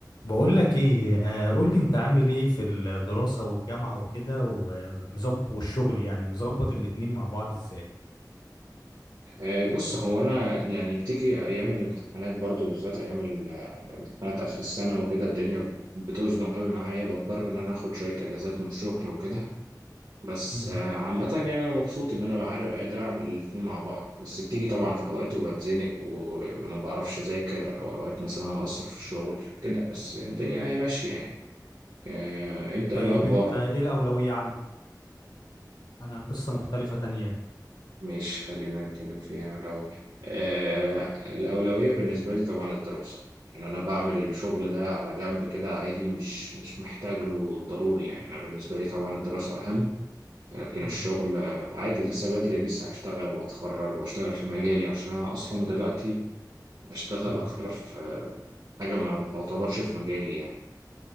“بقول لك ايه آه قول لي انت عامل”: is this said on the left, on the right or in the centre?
Left